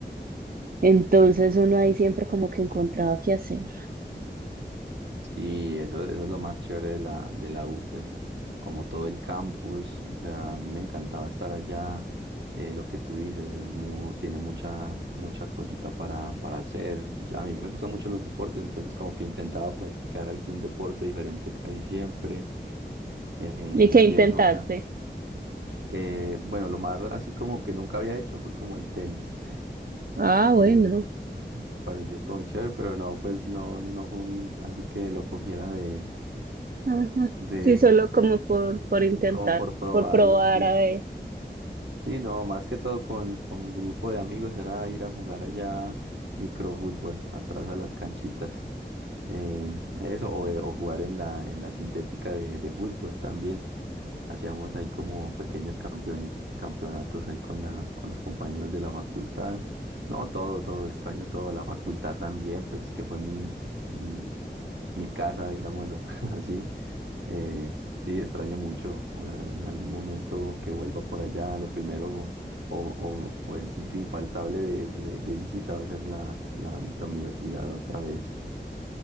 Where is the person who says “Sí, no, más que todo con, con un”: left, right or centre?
Right